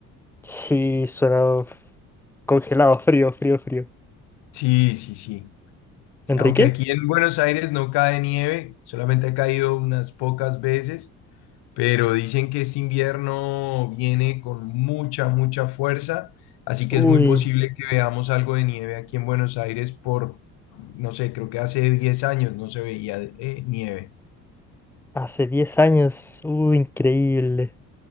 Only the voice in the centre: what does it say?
Sí, suena f- congelado, frío, frío, frío.
¿Enrique?
Uy,
hace 10 años. Uy, increíble.